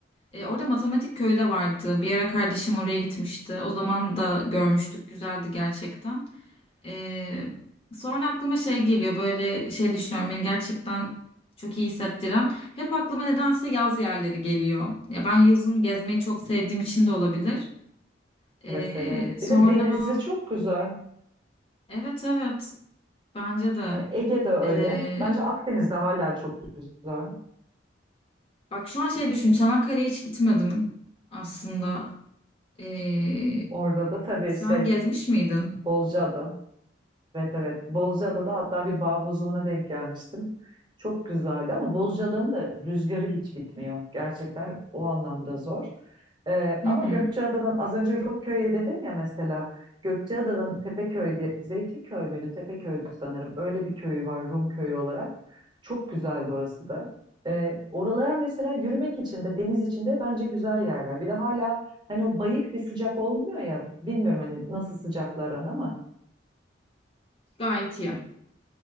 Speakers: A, on the left (about 30°); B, on the right (about 25°).
A: E, orada Matematik Köyü de vardı. Bir ara kardeşim oraya gitmişti. O zaman da görmüştük. Güzeldi gerçekten. Ee, sonra aklıma şey geliyor böyle şey düşünüyorum beni gerçekten çok iyi hissettiren. Hep aklıma nedense yaz yerleri geliyor. Ya ben yazın gezmeyi çok sevdiğim için de olabilir. Ee,
B: Ben de severim.
A: sonra
B: Bir de denizi çok güzel.
A: evet evet bence de.
B: Yani Ege'de öyle.
A: Ee,
B: Bence Akdeniz'de hala çok güzel.
A: bak şu an şey düşün Çanakkale'ye hiç gitmedim aslında. Ee,
B: Orada da tabii
A: sen
B: şey
A: gezmiş miydin?
B: Bozcaada. Evet evet. Bozcaada'da hatta bir bağ bozumuna denk gelmiştim. Çok güzeldi ama Bozcaada'nın da rüzgarı hiç bitmiyor. Gerçekten o anlamda zor. Ee,
A: Hı
B: ama
A: hı.
B: Gökçeada'nın az önce Rumköy'e dedim ya mesela Gökçeada'nın Tepeköy'de Zeytinköy müydü? Tepeköy'dü sanırım. Öyle bir köyü var Rumköy olarak. Çok güzeldi orası da. Ee, oralar mesela yürümek için de deniz için de bence güzel yerler. Bir de hala hani o bayık bir sıcak olmuyor ya bilmiyorum hani nasıl sıcaklar ama
A: Gayet iyi.